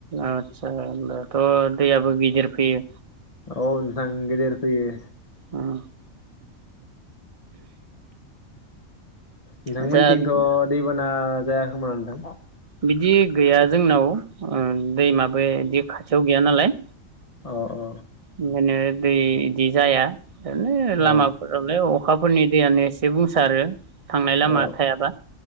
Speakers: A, on the right; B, on the left.
A: आतसा होमबाथ' दैयाबो गिदिर फैयो।
B: औ नोंथां गेदेर फैयो।
A: उम
B: नोंथांमोनथिंथ'
A: आदसा बिदि
B: दैबाना ना जाया खोमा नोंथां।
A: बिदि गैया जोंनाव ओ दैमाबो इदि खाथियाव गैया नालाय।
B: अ अ अ
A: ओंखायनो दै इदि जाया। ओरैनो लामाफोरावलाय
B: अ
A: अ अखाफोरनि दैयानो एसे बुंसारो। थांनाय लामा
B: अ
A: थायाबा